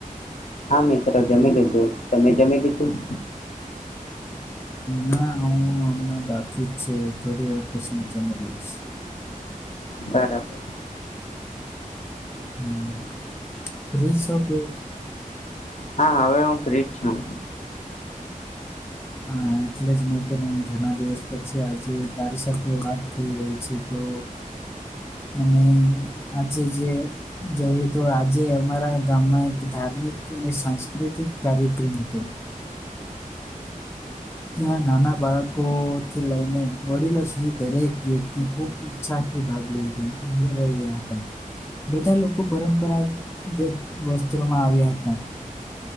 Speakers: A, on the left; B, on the left.
A: હા મિત્ર જમી લીધું તમે જમી લીધું
B: ના હું હમણાં બાકી જ છે થોડી વાર પછી જમી લઈશ.
A: બરાબર.
B: હમ્મ. ફ્રી સો કે.
A: હા હવે હું ફ્રી જ છું.
B: હા એટલે જ મેં કેમ એમ ઘણા દિવસ પછી આજે તારી સાથે વાત થઈ રહી છે તો અને આજે જે જોઈએ તો આજે અમારા ગામમાં એક ધાર્મિક અને સાંસ્કૃતિક કાર્યક્રમ હતો. ત્યાં નાના બાળકોથી લઈને વડીલો સુધી દરેક વ્યક્તિ ખૂબ ઉત્સાહ થી ભાગ લે છે લેય રહ્યા હતા. બધા લોકો પરંપરાગત વસ્ત્રોમાં આવ્યા હતા.